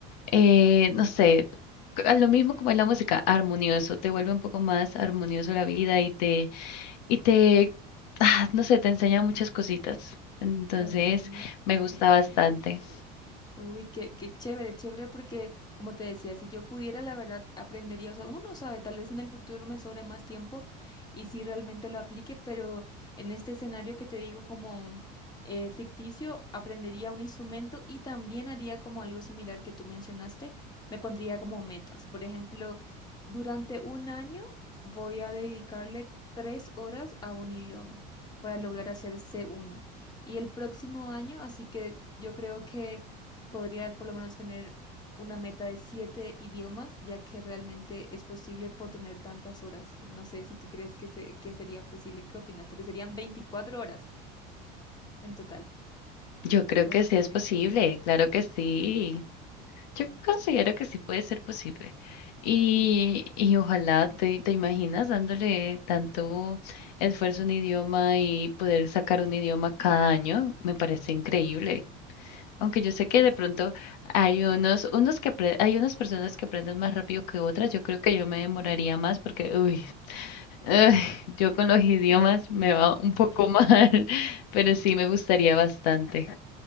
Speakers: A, on the left; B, on the left.
A: eh, no sé. a Lo mismo como es la música, armonioso, te vuelve un poco más armonioso la vida y te, y te, ah, no sé, te enseña muchas cositas. Entonces,
B: Ok.
A: me gusta bastante.
B: Uy, qué, qué chévere, chévere, porque como te decía, si yo pudiera, la verdad, aprendería, o sea, uno no sabe, tal vez en el futuro me sobre más tiempo y si realmente lo aplique, pero en este escenario que te digo como eh, ficticio, aprendería un instrumento y también haría como algo similar que tú mencionaste, me pondría como metas. Por ejemplo, durante un año voy a dedicarle tres horas a un idioma para lograr hacer c uno y el próximo año, así que yo creo que podría por lo menos tener una meta de siete idiomas, ya que realmente es posible por tener tantas horas. No sé si tú crees que, se- que sería posible, ¿qué opinas? Porque serían 24 horas en total,
A: Yo
B: la
A: creo
B: que
A: que
B: uno
A: sí
B: tendría.
A: es posible, claro que sí. Yo considero que sí puede ser posible. Y, y ojalá te, te imaginas dándole tanto esfuerzo a un idioma y poder sacar un idioma cada año, me parece increíble. Aunque yo sé que
B: Eso.
A: de pronto hay unos, unos que apre- hay unas personas que aprenden más rápido que otras, yo creo que yo me demoraría más porque, uy, Ay, yo con los idiomas
B: Ok,
A: me va un poco mal, <laughs> pero sí me gustaría bastante.